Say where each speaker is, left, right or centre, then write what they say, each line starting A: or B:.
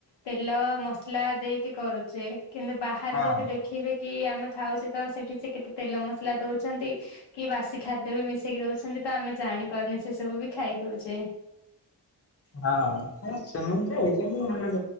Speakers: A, on the left (about 70°); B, on the left (about 35°).
A: ତେଲ ମସଲା ଦେଇକି କରୁଛେ କିନ୍ତୁ ବା
B: ହଁ
A: ଯେତେ ଦେଖିବେ କି ଆମେ ଖାଉଛେ ତ ସେଠି ସେ କେତେ ତେଲ ମସଲା ଦଉଛନ୍ତି କି ବାସି ଖାଦ୍ୟ ବି ମିଶେଇକି ଦଉଛନ୍ତି ତ ଆମେ ଜାଣିପାରୁନି ସେ ସବୁ ବି ଖାଇ ଦଉଛେ।
B: ହଁ ସେମ ତି ଜେ କେମତି ମାନେ